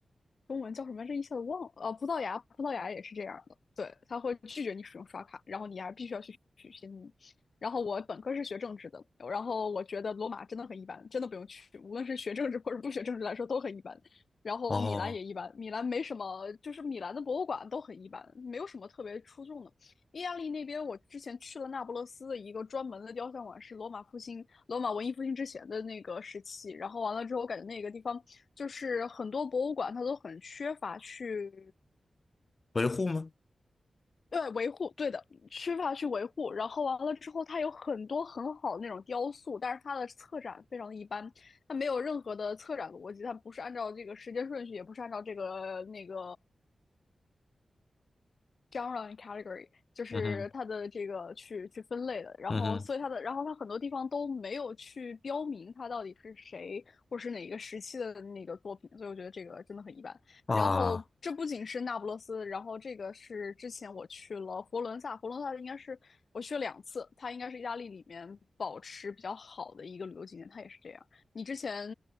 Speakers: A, on the left (about 55°); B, on the left (about 35°).
A: 中文叫什么这一下子忘了。呃，葡萄牙，葡萄牙也是这样的，对，他会拒绝你使用刷卡，然后你还必须要去取现金。然后我本科是学政治的，然后我觉得罗马真的很一般，真的不用去，无论是学政治或者不学政治来说都很一般。然后米兰也一般，
B: 哦，
A: 米兰没什么，就是米兰的博物馆都很一般，没有什么特别出众的。意大利那边，我之前去了那不勒斯的一个专门的雕像馆，是罗马复兴、罗马文艺复兴之前的那个时期。然后完了之后，我感觉那个地方就是很多博物馆它都很缺乏去
B: 维护吗？
A: 对维护，对的，缺乏去维护。然后完了之后，它有很多很好的那种雕塑，但是它的策展非常的一般，它没有任何的策展逻辑，它不是按照这个时间顺序，也不是按照这个那个 genre and category，就是它的这个去去分类的，
B: 嗯哼，
A: 然后所以它的，
B: 嗯哼。
A: 然后它很多地方都没有去标明它到底是谁或者是哪一个时期的那个作品，所以我觉得这个真的很一般。
B: 啊
A: 然后这不仅是那不勒斯，然后这个是之前我去了佛罗伦萨，佛罗伦萨应该是我去了两次，它应该是意大利里面保持比较好的一个旅游景点，它也是这样。你之前